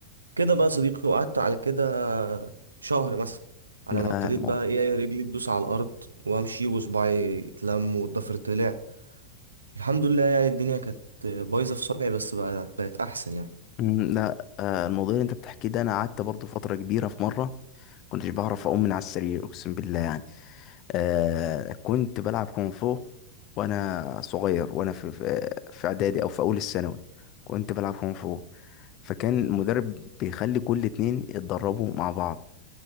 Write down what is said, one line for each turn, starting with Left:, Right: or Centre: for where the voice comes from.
Right: كده بقى يا صديقي وقعدت على كده شهر مثلا على
Left: لا
Right: ما ابتديت
Left: المو...
Right: بقى ايه إيه رجلي تدوس على الارض وامشي وصباعي يتلم والضفر طلع الحمد لله يعني الدنيا كانت بايظه في صبعي بس بقى بقت احسن يعني
Left: مم. لا آه الموضوع اللي انت بتحكيه ده انا قعدت برضو فتره كبيره في مره كنتش بعرف اقوم من على السرير اقسم بالله يعني آه كنت بلعب كونغ فو وانا صغير وانا في في في اعدادي او في اول الثانوي كنت بلعب كونغ فو فكان المدرب بيخلي كل اتنين يتدربوا مع بعض